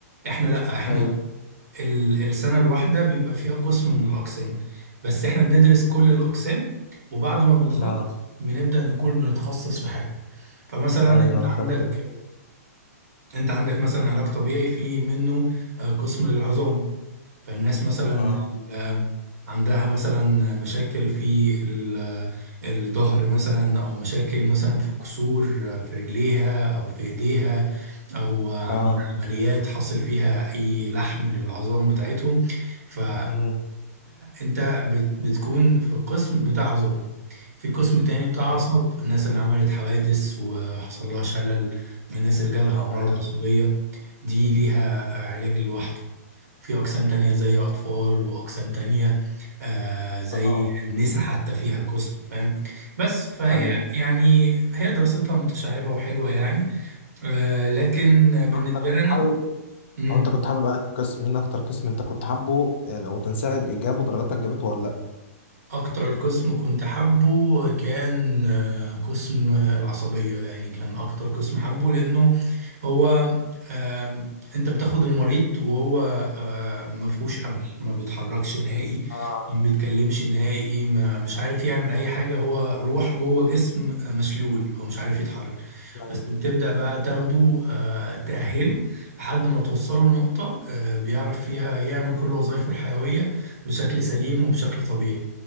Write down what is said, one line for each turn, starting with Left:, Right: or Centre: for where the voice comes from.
Right: إحنا لأ إحنا
Left: ايوه
Right: ال- السنة الواحدة بيبقى فيها قسم من الأقسام بس إحنا بندرس كل الأقسام وبعد ما بنخلص
Left: لا
Right: بنبدأ نكون بنتخصص في حاجة فمثلا
Left: ايوه
Right: أنت
Left: انا فاهم
Right: عندك
Left: انت بتقول
Right: أنت عندك مثلا علاج طبيعي في منه آه، قسم للعظام فالناس مثلا
Left: إيه. اه
Right: آه، عندها مثلا مشاكل في ال- الظهر مثلا او مشاكل مثلا في الكسور في رجليها او في ايديها او عاملين
Left: اه
Right: عمليات حصل فيها اي لحم للعظام بتاعتهم فهنا
Left: امم
Right: انت بت- بتكون في القسم بتاع عظام في قسم تاني بتاع اعصاب
Left: ايوه
Right: الناس اللي عملت حوادث وحصل لها شلل الناس اللي جالها امراض
Left: ايوه
Right: عصبية دي ليها آه، علاج لوحده في أقسام تانية زي أطفال وأقسام تانية آه زي
Left: اه
Right: النساء حتى فيها قسم فاهم بس فهي
Left: ايوه
Right: يعني هي دراستها متشعبة وحلوة يعني آه لكن بالنسبة
Left: آه، انت كنت
Right: لنا
Left: حابب
Right: مم،
Left: او انت كنت حابب انهي قسم مين اكتر قسم انت كنت حابه يعني لو تنساه جابه درجاتك جابته ولا لا
Right: أكتر قسم كنت حابه كان آه قسم العصبية يعني كان أكتر قسم حابه لأنه هو آم، انت بتاخد المريض وهو آه، ما فيهوش امل ما بيتحركش نهائي
Left: اه
Right: ما بيتكلمش نهائي ما مش عارف يعمل اي حاجه هو روح جوه جسم آه، مشلول هو مش عارف يتحرك
Left: ايوه
Right: بس بتبدا بقى تاخده آه، تاهله لحد ما توصله لنقطه آه، بيعرف فيها يعمل كل وظائفه الحيويه بشكل سليم وبشكل طبيعي